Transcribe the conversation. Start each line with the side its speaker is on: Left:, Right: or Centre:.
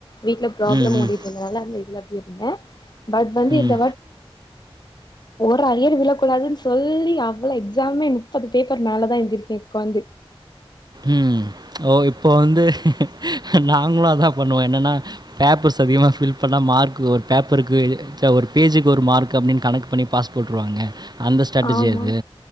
Left: வீட்ல ப்ராப்ளம்
Right: ம்ஹ்ம்.
Left: ஓடிட்டு இருதுனால அந்த இதுல அப்டி இருந்தேன் பட் வந்து
Right: ம்.
Left: இந்த ஒரு அரியர் விளக்கூடாதுன்னு சொல்லி அவ்ளோ எ எக்ஸாமே முப்பது பேப்பர் மேலே தான் எழுதிருக்கே உட்காந்து
Right: ம் ஓ இப்போ வந்து நாங்களு அதா பண்ணுவோ என்னன்னா பேப்பர்ஸ் அதிகமா ஃபில் பண்ணா மார்க் ஒரு பேப்பருக்கு ஒரு பேஜக்கு ஒரு மார்க் அப்டின்னு கனெக்கு பண்ணி பாஸ் போட்டுருவாங்க அந்த ஸ்ட்ராட்டஜி
Left: ஆமா
Right: இது